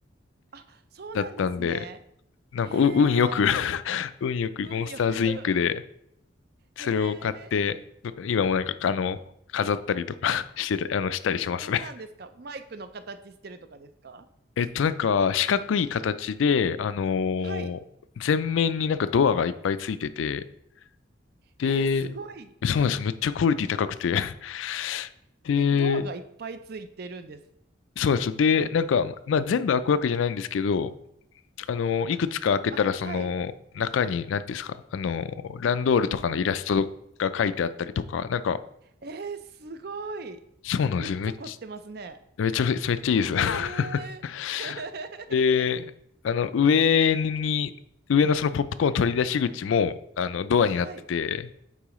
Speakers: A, on the right (about 55°); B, on the left (about 80°).
A: あ、そうなんですね。
B: だったんで、なんかう運よく
A: へえ、
B: <laughs> 運よくモンスターズインクで、
A: 運よく。
B: それを買って、
A: へえ、え、
B: 今もなんか、あの、飾ったりとか <laughs> してた、あの、したりしますね。
A: えどんなんですかマイクの形してるとかですか
B: えっと、なんか、四角い形で、あの
A: はい。
B: ー前面になんかドアがいっぱいついてて、で、
A: えー、すごい。
B: そうなんですよ。めっちゃクオリティ高くて。<laughs> で、
A: え、ドアがいっぱいついてるんです
B: そうなんですよ。で、
A: か
B: なんか、まあ、全部開くわけじゃないんですけど、あの、いくつか開けたら、
A: あ、
B: その、
A: はい。
B: 中に、なんていうんですか、あの、ランドールとかのイラストが書いてあったりとか、なんか、
A: えー、すごい。
B: そうなんですよ。
A: むっちゃ凝ってますね。
B: めっちゃ、めっちゃ、めっちゃいいです。
A: へえ。
B: <laughs>
A: <laughs>
B: で、あの、上に、上のそのポップコーン取り出し口も、あの、ドアになってて、
A: はい。